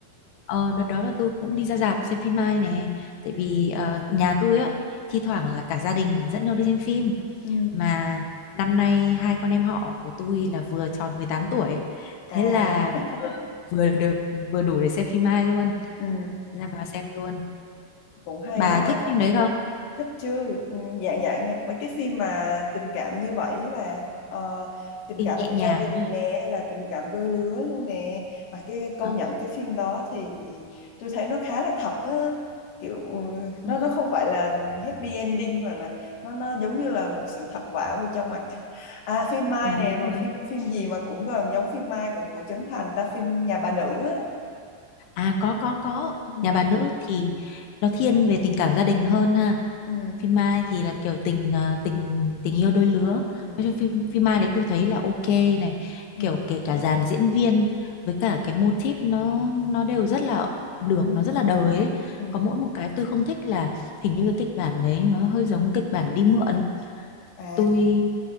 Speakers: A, on the left; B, on the left.
A: Ờ, đợt đó là tôi cũng đi ra rạp xem phim Mai nè Tại
B: à,
A: vì ờ, nhà tôi á Thi thoảng là cả gia đình dẫn nhau đi xem phim
B: ừ.
A: mà năm nay hai con em họ của tôi là vừa tròn mười tám tuổi thế
B: à
A: là vừa, vừa được vừa đủ để xem phim hai luôn
B: <laughs> ừ.
A: thế là vào xem luôn
B: cũng hay
A: bà
B: quá ha
A: thích phim đấy không
B: thích chứ Ừ, dạng dạng nha, mấy cái phim mà tình cảm như vậy á bà Ờ, tình
A: phim
B: cảm
A: nhẹ
B: về
A: nhàng
B: gia đình
A: nhá
B: nè hay là tình cảm đôi lứa luôn nè mà cái công
A: ờ,
B: nhận cái phim đó thì tôi thấy nó khá là thật á kiểu ừ, nó
A: ừ,
B: nó không phải là happy ending mà nó nó nó giống như là một sự thật vả vào trong mặt <laughs> à phim Mai
A: ờ,
B: nè
A: đúng
B: rồi
A: rồi
B: phim phim gì mà cũng gần giống phim Mai cũng của Trấn Thành ta phim Nhà bà nữ á
A: à có có có
B: ừ
A: nhà bà nữ thì nó thiên về tình cảm gia đình hơn ha
B: ừ
A: phim Mai thì là kiểu tình à, tình tình yêu đôi lứa
B: ừ
A: nói chung phim phim Mai đấy tôi thấy là ok này
B: ừ
A: kiểu kể cả dàn diễn viên với cả cái mô típ nó nó đều rất là được
B: ừ
A: nó rất là đời ấy
B: ừ.
A: có mỗi một cái tôi không thích là hình như cái kịch bản đấy nó hơi giống kịch bản đi mượn
B: à
A: tôi